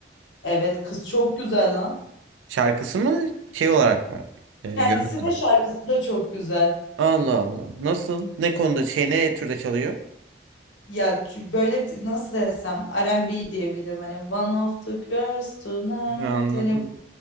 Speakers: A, on the left; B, on the right.
A: Evet kız çok güzel lan.
B: Şarkısı mı şey olarak mı? Ee,
A: Kendisi
B: görünüm olarak.
A: de şarkısı da çok güzel.
B: Allah Allah. Nasıl? Ne konuda şey ne türde çalıyor?
A: Ya çü- böyle t- nasıl desem R&B diyebilirim hani One of the Girls Tonight
B: Ya anladım.
A: hani